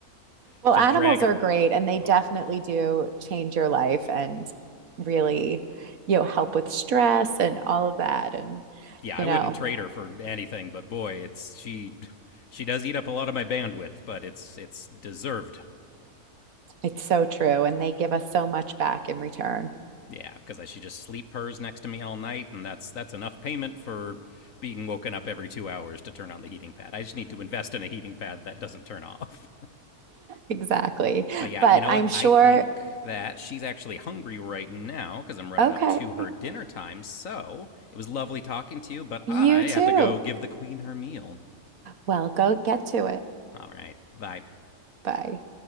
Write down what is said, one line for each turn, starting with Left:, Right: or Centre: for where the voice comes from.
Right: Well,
Left: She'll
Right: animals
Left: drag her.
Right: are great and they definitely
Left: Oh yeah.
Right: do change your life and really, you know, help with stress and all of that. And,
Left: Yeah,
Right: you
Left: I
Right: know,
Left: wouldn't trade her for anything, but boy, it's she she does eat up a lot of my bandwidth, but it's it's deserved.
Right: it's so true. And they give us so much back in return. <laughs>
Left: Yeah, cuz she just sleep purrs next to me all night and that's that's enough payment for being woken up every 2 hours to turn on the heating pad. I just need to invest in a heating pad that doesn't turn off.
Right: Exactly.
Left: But yeah,
Right: But
Left: you know
Right: I'm
Left: what?
Right: sure,
Left: I think that she's actually hungry right now because I'm running
Right: okay,
Left: up to her dinner time. So it was lovely talking to you, but
Right: you
Left: I
Right: too.
Left: have to go give the queen her meal.
Right: Well, go get to it.
Left: All right. Bye.
Right: Bye.